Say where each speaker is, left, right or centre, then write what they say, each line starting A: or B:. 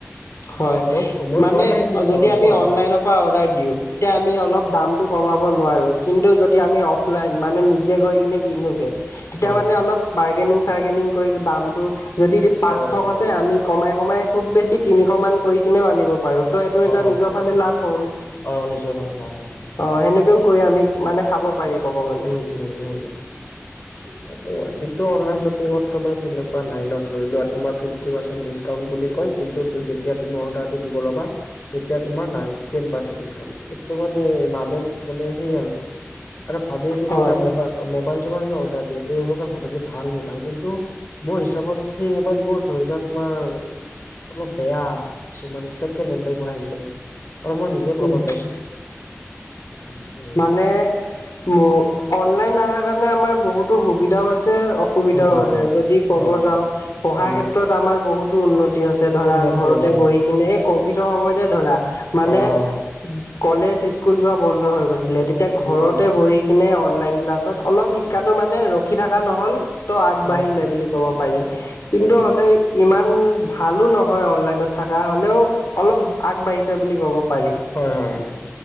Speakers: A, on the left (about 75°); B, on the left (about 50°).
A: হয়
B: মই মই
A: মানে,
B: কোৱা নাই যে
A: অ' যদি আমি
B: কোৱা
A: অনলাইনৰ
B: কোৱা
A: পৰা অৰ্ডাৰ দিওঁ, তেতিয়া আমি অলপ দামটো কমাব নোৱাৰোঁ কিন্তু যদি আমি অফলাইন মানে নিজে গৈ কিনে কিনোগে তেতিয়া
B: হয়
A: মানে
B: হয়
A: অলপ বাৰ্গেনিং-চাৰ্গেনিং কৰি দামটো যদি পাঁচশ
B: হয়
A: কৈছে
B: হয়।
A: আমি কমাই, কমাই খুব বেছি তিনিশমান কৰি কিনেও আনিব পাৰোঁ। ত এইটো
B: অ হয়
A: এটা নিজৰ
B: হয়
A: ফালে
B: হয়
A: লাভ হ'ল।
B: অ শুনিছো হয় হয় হয়।
A: অ'সেনেকৈও কৰি আমি মানে খাব পাৰি। ক'ব গ'লে
B: উম, উম, উম <inaudible> <unintelligible> কিন্ত অনলাইন চপিংতটো তোমাৰ তেনেকুৱা নাই ন, ধৰি লোৱা তোমাৰ ফিপটি পাৰচেণ্ট ডিস্ক কাউণ্ট বুলি কয়, কিন্তু যেতিয়া তুমি অৰ্ডাৰটো দিব ল'বা, তেতিয়া তোমাৰ নাই। টেন পাৰ্চেন্ত দিচকাউণ্ট এইটো মানে, মানে সেইট সেই আৰু। আৰু ভাবে যে
A: হয়
B: ধৰি লোৱা মোবা-মোবাইল চোবাইল কিবা অৰ্ডাৰ দিয়ে, তেওঁলোকে ভাবে যে ভাল মোবাইল কিন্তু মোৰ হিচাপত সেই মোবাইলবোৰ ধৰি লোৱা তোমাৰ অলপ বেয়া, কিছুমান ছেকেন হেন টাইপৰ আহি যায়। কাৰণ মই নিজে প্ৰমাণ
A: উম,
B: পাইছিলোঁ <unintelligible>
A: নে - বহু অনলাইন আহা কাৰণে আমাৰ বহুতো সুবিধাও আছে, অ সুবিধাও
B: হয় হয়
A: আছে
B: হয়
A: যদি ক'ব
B: হয়
A: যাওঁ
B: হয়
A: - পঢ়া
B: উম
A: ক্ষেত্ৰত আমাৰ বহুতো উন্নতি হৈছে। ধৰা,
B: উন্নতি
A: ঘৰতে
B: হৈছে
A: বহিকিনে এই কভিডৰ সময়তে ধৰা -
B: হয়
A: মানে
B: হয় হয় হয়
A: কলেজ, স্কুল যোৱা বন্ধ হৈ গৈছিলে। তেতিয়া ঘৰতে
B: উম উম
A: বহি - কিনে অনলাইন ক্লাছত অলপ শিক্ষাটো মানে ৰখি থাকা নহ'ল - ত' আগবাঢ়িলে
B: অ হয়
A: বুলি ক'ব পাৰি।
B: আগবাঢ়িছে
A: কিন্তু
B: হয়
A: হ'লেও - ইমান ভালো নহয় অনলাইনত থাকা হ'লেও অলপ আগবাঢ়িছে বুলি ক'ব পাৰি।
B: হয়, হয় হয়।